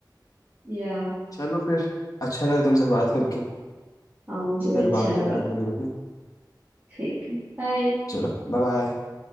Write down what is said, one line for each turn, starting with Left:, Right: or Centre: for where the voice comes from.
Right: या
Left: चलो फिर अच्छा लगा तुमसे बात करके
Right: हाँ मुझे भी
Left: फिर
Right: अच्छा
Left: बात
Right: लगा
Left: करते हैं कभी ओके
Right: ठीक है बाय
Left: चलो बाय बाय